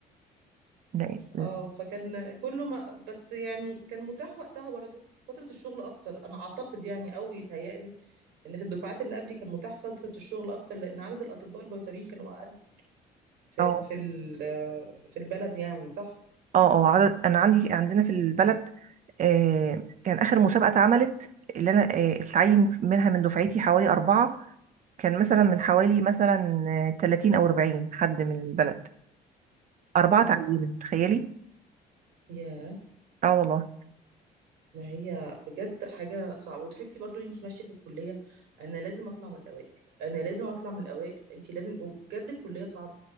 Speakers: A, on the right; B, on the right.
A: لا-
B: اه فكان كله ما بس يعني كان متاح وقتها برضه فترة الشغل أكتر أنا أعتقد يعني أو يتهيألي إن في الدفعات اللي قبلي كان متاح فترة الشغل أكتر لأن عدد الأطباء البيطريين كانوا أقل في
A: اه
B: في ال- في البلد يعني صح
A: اه اه عدد انا عندي عندنا في البلد آه، كان اخر مسابقه اتعملت اللي انا آه، اتعين منها من دفعتي حوالي اربعه كان مثلا من حوالي مثلا آه، 30 او 40 حد من البلد اربعه
B: اه
A: تعينوا تخيلي
B: ياه
A: اه والله
B: ما هي بجد حاجة صعبة وتحسي برضو ان انتي ماشية في الكلية انا لازم اطلع من الاوائل انا لازم اطلع من الاوائل انتي لازم وبجد الكلية صعبة